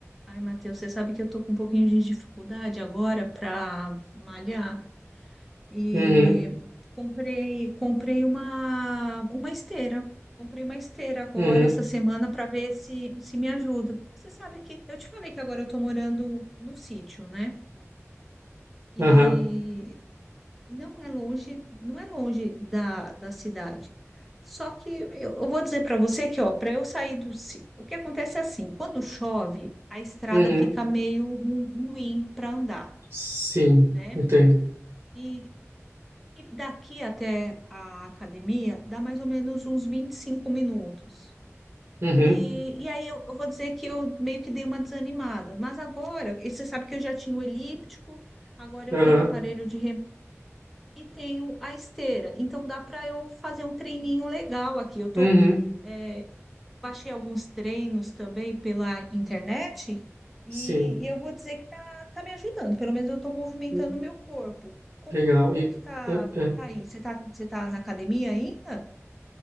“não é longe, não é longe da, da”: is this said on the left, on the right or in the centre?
Centre